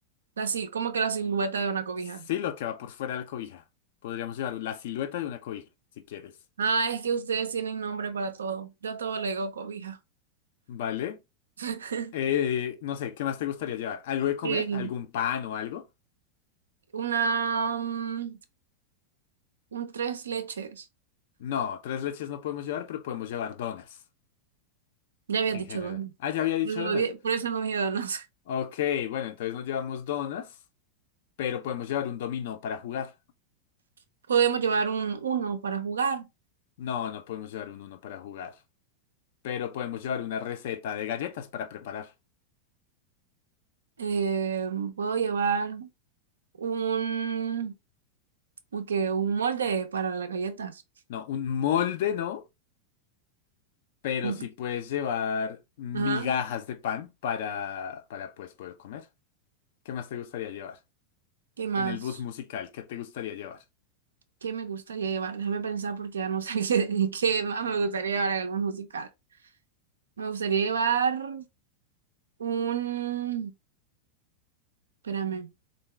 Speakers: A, on the right (about 70°); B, on the left (about 50°).
A: La, si- como que la silueta de una cobija.
B: Sí, lo que va por fuera de la cobija. Podríamos llevar la silueta de una cobija, si quieres.
A: Ah, es que ustedes tienen nombre para todo. Yo a todo le digo cobija.
B: ¿Vale?
A: <laughs>
B: Eh, no sé, ¿qué más te gustaría llevar? ¿Algo de comer?
A: Eh,
B: ¿Algún pan o algo?
A: una, mm, un tres leches.
B: No, tres leches no podemos llevar, pero podemos llevar donas
A: Ya habías
B: en
A: dicho
B: general.
A: dos. ¿no?
B: Ah, ya había dicho
A: Por eso
B: donas.
A: no di- por eso no dije donas.
B: Ok, bueno, entonces no llevamos donas, pero podemos llevar un dominó para jugar.
A: <laughs> Podemos llevar un uno para jugar.
B: No, no podemos llevar un uno para jugar. pero podemos llevar una receta de galletas para preparar.
A: Eh, puedo llevar. un, un, que, un molde para las galletas.
B: No, un molde no, pero
A: Mm.
B: sí puedes llevar migajas
A: Ajá.
B: de pan para, para pues poder comer. ¿Qué más te gustaría llevar?
A: ¿Qué más?
B: En el bus musical, ¿qué te gustaría llevar?
A: ¿Qué me gustaría llevar? Déjame pensar porque ya no sé <laughs> qué, qué más me gustaría llevar en algún musical. Me gustaría llevar un, espérame,